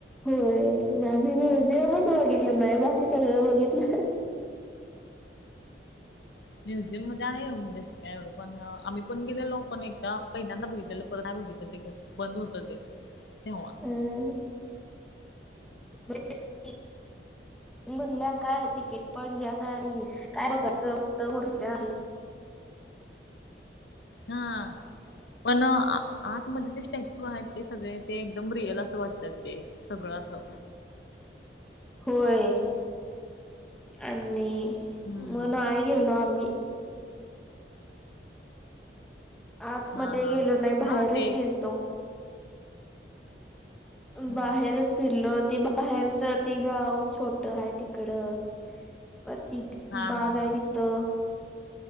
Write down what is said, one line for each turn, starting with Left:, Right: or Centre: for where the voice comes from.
Centre: होय म आम्ही म्युझियमच बघितलं नाही बाकी सगळं बघितलं.
Left: म्युझियम मध्ये आहे म्हणजे काय एवढ पण आम्ही पण गेलेलो पण एकदा पहिल्यांदा बघितलेलं परत नाय बघितलं ते घर बंद होतं ते तेव्हा.
Centre: हम <unintelligible> म्हणल्या काय तिकीट पण ज्यादा <unintelligible> आणि काय बघाचं तर मुर्त्या आहेत.
Left: हा पण आ आतमध्ये ते स्टॅच्यू आहेत ते सगळे ते एकदम रिअल असं वाटतात ते सगळं असं.
Centre: होय आनी
Left: हम्म
Centre: मग नाय गेलो आम्ही. आतमध्ये
Left: हा हा
Centre: गेलो नाय
Left: हा
Centre: बाहेरच
Left: हा ते
Centre: गेलतो.
Left: होय
Centre: बाहेरच फिरलो ते बाहेरच ते गाव छोटं हाय तिकडं. वरती
Left: हा
Centre: बाग
Left: हा
Centre: हाय
Left: हा
Centre: तिथं.